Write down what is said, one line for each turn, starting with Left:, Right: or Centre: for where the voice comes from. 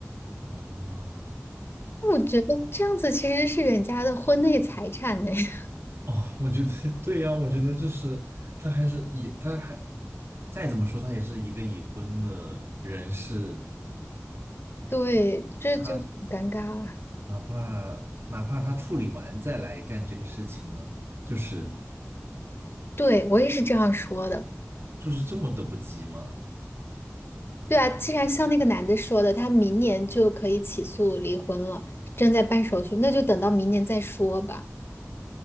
Right: 哦
Left: 觉得这样子其实是人家的婚内财产呢，<laughs>
Right: 哦，我觉得对呀，我觉得就是他还是已，他还再怎么说，他也是一个已婚的人士，
Left: 对，这就很尴尬了。
Right: 他哪怕哪怕他处理完再来干这个事情呢，就是
Left: 对，我也是这样说的。
Right: 就是这么等不及吗？
Left: 对啊，既然像那个男的说的，他明年就可以起诉离婚了，正在办手续，那就等到明年再说吧。